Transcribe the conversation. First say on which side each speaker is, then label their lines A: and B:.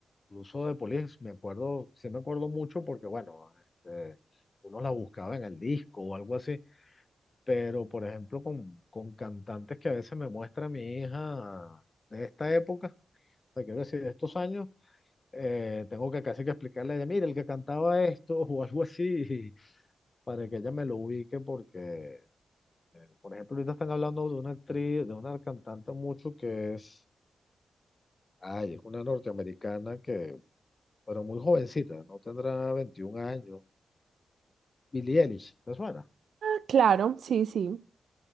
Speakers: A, on the left; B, on the right.
A: incluso de Police me acuerdo, sí me acuerdo mucho porque, bueno, este, uno la buscaba en el disco o algo así, pero por ejemplo con, con cantantes que a veces me muestra mi hija de esta época, o sea, quiero decir, de estos años, eh, tengo que casi que explicarle de, mira, el que cantaba esto <laughs> o algo así, <laughs> para que ella me lo ubique porque, eh, por ejemplo, ahorita están hablando de una actriz, de una cantante mucho que es... Ay, es una norteamericana que, pero muy jovencita, no tendrá 21 años. Billie Eilish, ¿te suena?
B: Ah, Claro, sí, sí.